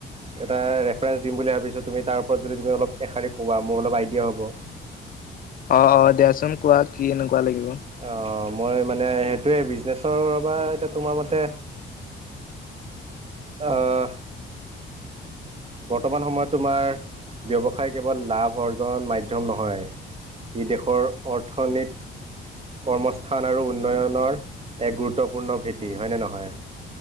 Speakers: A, on the right; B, on the left.
A: এটা ৰেফাৰেঞ্চ দিম বুলি ভা তাৰপিছত তুমি তাৰ ওপৰত যদি তুমি অলপ এষাৰী কোৱা মোৰ অলপ আইডিয়া হব
B: অঁ অঁ দিয়াচোন কোৱা কি এনেকুৱা লাগিব
A: অঁ, মই মানে সেইটোয়ে বিজনেচৰ বা এতিয়া তোমাৰ মতে অঁ বৰ্তমান সময়ত তোমাৰ ব্যৱসায় কেৱল লাভ অৰ্জন মাধ্যম নহয় ই দেশৰ অৰ্থনীত কৰ্মস্থান আৰু উন্নয়নৰ এক গুৰুত্বপূৰ্ণ ভেটি হয় নে নহয়